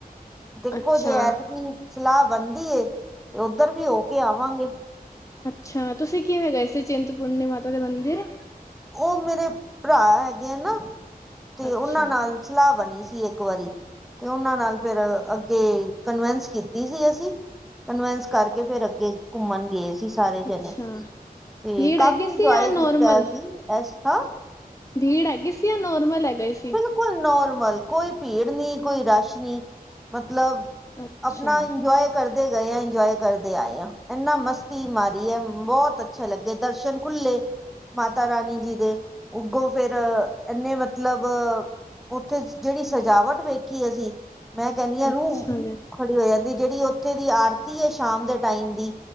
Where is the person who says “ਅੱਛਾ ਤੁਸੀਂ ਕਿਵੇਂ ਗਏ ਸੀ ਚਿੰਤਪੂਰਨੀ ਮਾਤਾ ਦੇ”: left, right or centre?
Left